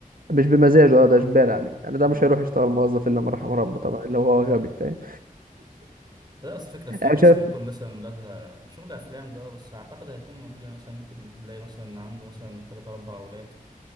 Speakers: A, on the right (about 75°); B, on the right (about 30°).
A: مش بمزاجه اه ده اجباري عليه يعني ده
B: مم.
A: مش هيروح يشتغل موظف الا من رحم
B: <laughs>
A: ربه طبعا اللي هو غبي فاهم
B: لا بس فكرة في
A: يعني
B: ناس
A: مش عارف-
B: بيكون مثلا ولادها شغل أفلام ده بس أعتقد هيكون موجود يعني مثلا ممكن تلاقي مثلا عنده مثلا تلات أربع أولاد